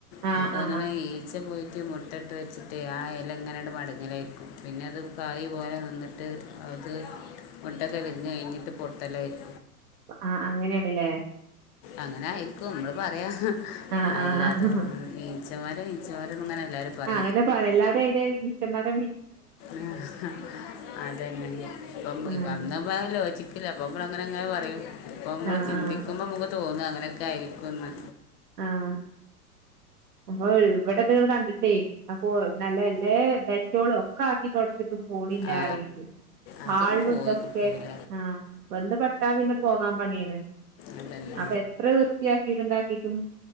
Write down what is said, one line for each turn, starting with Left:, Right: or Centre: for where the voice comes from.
Right: ആഹ്
Left: എനിക്ക് തോന്നണെഈച്ച
Right: ആഹ്
Left: പോയിട്ട് മുട്ട ഇട്ട് വെച്ചിട്ട് ആഹ ഇല ഇങ്ങനഅങ്ങോട്ട് മടങ്ങലായിയിരിക്കും. പിന്നെ അത് കായി പോലെ നിന്നിട്ട് അത് മുട്ടൊക്കെ വിരിഞ്ഞ് കഴിഞ്ഞിട്ട് പൊട്ട തലൈ <inaudible>
Right: ആഹ അങ്ങനെയാണല്ലേ?
Left: അങ്ങനെയി നമ്മള് പറയാ
Right: ആഹ്
Left: അല്ലാതെ
Right: ആഹ് ആഹ്
Left: ഈച്ചമാര ഈച്ചമാര ഇങ്ങനെ എല്ലാവരും പറ
Right: അങ്ങനെ പറ എല്ലാര്അയ്നെ ഈച്ചമര
Left: ആഹ അതന്നെ ഇപ്പ
Right: ആഹ്
Left: ഇ അ യോചിക്കില്ല അപ്പ നമ്മ അങ്ങനെ എങ്ങനെ പറയും ഇപ്പ നമ്മ
Right: ആഹ്
Left: ചിന്തിക്
Right: ആഹ്
Left: നക്കുമ്പോ നമുക്ക് തോന്നും അങ്ങനെയൊക്കെ ആയിരിക്കുംന്ന്
Right: ആഹ അ ഇവിടെ ഇത് കണ്ടിട്ടേ? അപ്പൊ നല്ല നല്ലേ ഡെറ്റോള ഒക്കെ ആക്കി തൊടച്ചിട്ടും. പോണില്ലാപറിണ്ട്
Left: ആ അതൊന്നും
Right: ആളിഇതൊക്കെ
Left: പോയി കിട്ടൂല
Right: ബന്ധ ട്ടാ പിന്നെ പോകാൻ പണിയാണ്
Left: അതന്നെ
Right: അപ്പൊ എത്ര വൃത്തിയാക്കിട്ടുണ്ടാക്കീട്ടും.